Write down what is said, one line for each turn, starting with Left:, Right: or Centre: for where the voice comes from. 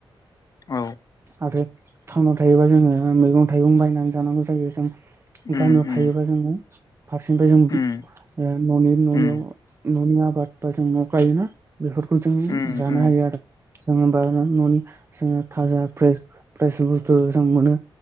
Left: औ
Right: आरो टाउनाव थायोबा जोङो मैगं थाइगं बायनानै जानांगौ जायो जों
Left: उम
Right: गामियाव
Left: उम
Right: थायोबा जोङो फारसेनिफ्राय जों
Left: उम
Right: ओ न'नि न'नियाव
Left: उम
Right: न'नि आबाद बा जों न' गायोना बेफोरखौ जों
Left: उम
Right: जानो
Left: उम
Right: हायो आरो। जोङो बा न'नि जोङो थाजा फ्रेस फ्रेस बुस्थु जों मोनो।